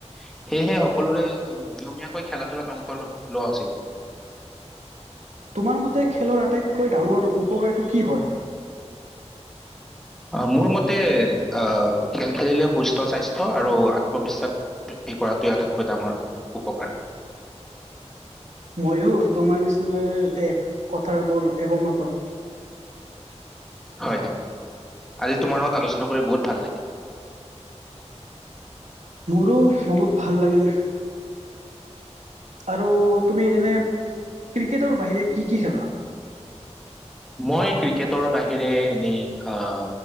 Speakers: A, in the centre; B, on the right.
A: সেয়েহে সকলোৰে নিয়মীয়াকৈ খেলা ধূলাত অংশ লোৱা উচিত।
B: তোমাৰ মতে খেলৰ আটাইতকৈ ডাঙৰ উপকাৰটো কি হয়।
A: আহ মোৰ মতে আহ খেল খেলিলে সুস্থ স্বাস্থ্য আৰু আত্মবিশ্বাস বৃদ্ধি কৰাটোৱে আটাইতকৈ ডাঙৰ উপকাৰ
B: ময়ো তোমাৰ নিচিনাৰ সৈতে কথাবোৰ একমত
A: হয় হয় আজি তোমাৰ লগত আলোচনা কৰি বহুত ভাল লাগিল
B: মোৰো বহুত ভাল লাগিল আৰু তুমি এনে ক্ৰিকেটৰ বাহিৰে কি কি খেলা?
A: মই ক্ৰিকেটৰ বাহিৰে এনেই আহ